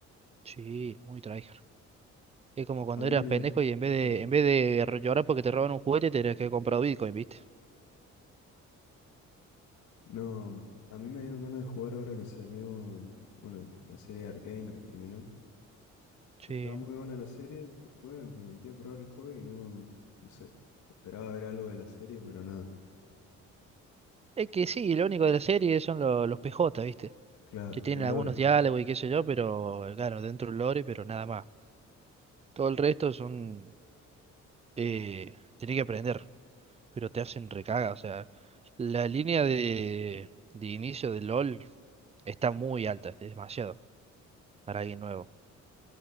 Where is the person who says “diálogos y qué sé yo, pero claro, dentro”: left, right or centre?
Right